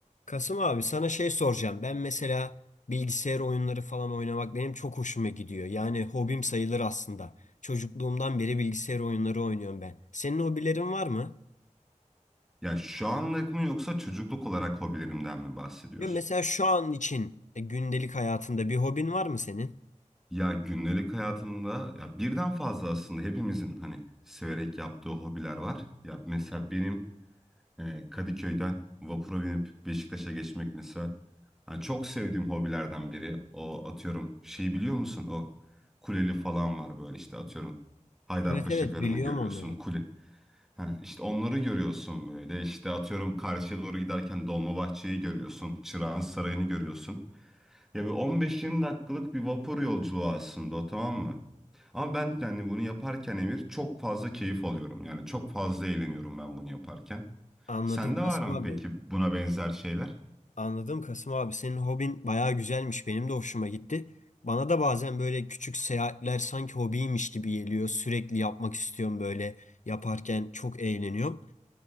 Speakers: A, on the left; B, in the centre.
A: Kasım abi sana şey soracağım. Ben mesela bilgisayar oyunları falan oynamak benim çok hoşuma gidiyor. Yani hobim sayılır aslında. Çocukluğumdan beri bilgisayar oyunları oynuyorum ben. Senin hobilerin var mı?
B: Ya şu anlık mı yoksa çocukluk olarak hobilerimden mi bahsediyorsun?
A: Ya mesela şu an için e, gündelik hayatında bir hobin var mı senin?
B: Ya gündelik hayatımda ya birden fazla aslında hepimizin hani severek yaptığı hobiler var. Ya mesela benim e, Kadıköy'den vapura binip Beşiktaş'a geçmek mesela hani çok sevdiğim hobilerden biri. O atıyorum şey biliyor musun? O kuleli falan var böyle işte atıyorum Haydarpaşa
A: Evet evet
B: Garı'nı
A: biliyorum
B: görüyorsun.
A: onları.
B: Kule, Ha, işte onları görüyorsun böyle. İşte atıyorum karşıya doğru giderken Dolmabahçe'yi görüyorsun. Çırağan Sarayı'nı görüyorsun. Ya bir 15-20 dakikalık bir vapur yolculuğu aslında o tamam mı? Ama ben yani bunu yaparken Emir çok fazla keyif alıyorum. Yani çok fazla eğleniyorum ben bunu yaparken.
A: Anladım
B: Sende
A: Kasım
B: var mı
A: abi.
B: peki buna benzer şeyler?
A: Anladım Kasım abi. Senin hobin bayağı güzelmiş. Benim de hoşuma gitti. Bana da bazen böyle küçük seyahatler sanki hobiymiş gibi geliyor. Sürekli yapmak istiyorum böyle. Yaparken çok eğleniyorum.